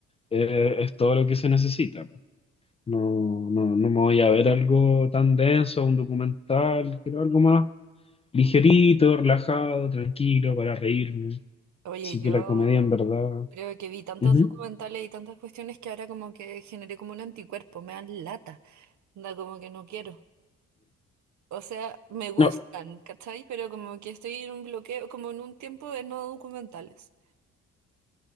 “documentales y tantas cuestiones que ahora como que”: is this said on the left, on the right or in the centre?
Right